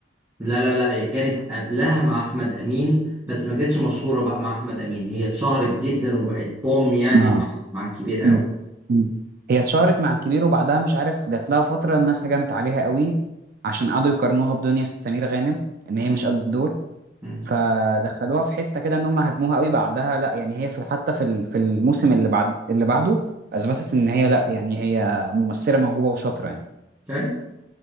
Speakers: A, on the right; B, on the right.
A: لا لا لا هي كانت قبلها مع احمد امين بس ما كانتش مشهوره بقى مع احمد امين هي اتشهرت جدا وبقت بوم يعني
B: آه.
A: مع مع الكبير قوي
B: مم. مم. هي اتشهرت مع الكبير وبعدها مش عارف جات لها فترة الناس هجمت عليها قوي عشان قعدوا يقارنوها بدنيا سمير غانم ان هي
A: مم.
B: مش قد الدور
A: مم.
B: فدخلوها في حتة كده ان هم هاجموها قوي بعدها لا يعني هي في حتى في ال- في الموسم اللي بعد اللي بعده اثبتت ان هي لا يعني هي ممثلة موهوبة وشاطرة يعني
A: طيب